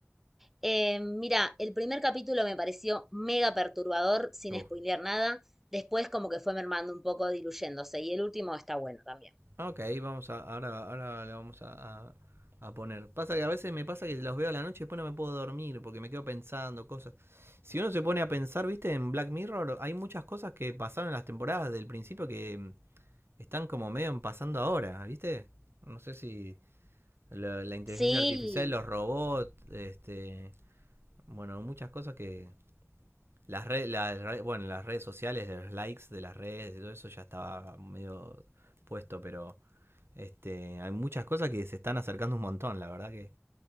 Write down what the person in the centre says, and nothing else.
Eh, mira, el primer capítulo me pareció mega perturbador, sin
spoilear nada. Después como que fue mermando un poco, diluyéndose. Y el último está bueno también.
Sí,